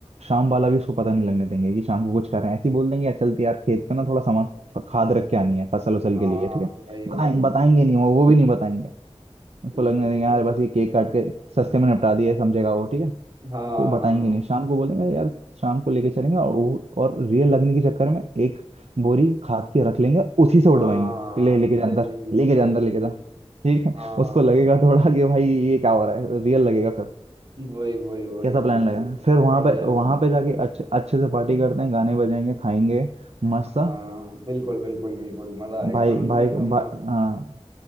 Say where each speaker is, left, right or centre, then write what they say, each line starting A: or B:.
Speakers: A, on the right; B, on the right.
A: शाम वाला भी उसको पता नहीं लगने देंगे कि शाम को कुछ कर रहे हैं ऐसे ही बोल देंगे "यार, चलते यार खेत पे ना थोड़ा सामान फ- खाद रख के आनी है फसल उसल
B: हाँ
A: के लिए ठीक है
B: वही
A: बताएंगे
B: वही
A: बताएंगे नहीं वो वो भी नहीं बताएंगे उसको
B: ये
A: लगने
B: भी
A: देंगे
B: ठीक
A: यार
B: है
A: बस ये केक काट के सस्ते में निपटा दिए समझेगा वो ठीक है
B: हाँ
A: तो बताएंगे नहीं शाम को बोलेंगे यार शाम को लेके चलेंगे और वो- और रियल लगने के चक्कर में एक बोरी खाद की रख लेंगे उसी से उठवाएंगे
B: हाँ
A: कि ले लेके
B: सही
A: जा अंदर लेके
B: सही
A: जा अंदर लेके जा ठीक है
B: हाँ
A: उसको लगेगा थोड़ा कि भाई ये क्या हो रहा है रियल लगेगा फिर
B: वही वही वही
A: कैसा प्लान
B: सही
A: लगा फिर वहां
B: बढ़िया
A: पे वहां पे जाके अच्छे अच्छे से पार्टी करते हैं गाने बजाएंगे खाएंगे मस्त
B: हाँ
A: सा
B: बिल्कुल बिल्कुल बिल्कुल मजा आएगा
A: भाई
B: ना बिल्कुल
A: भाई
B: एकदम
A: भा,
B: मस्त
A: हाँ,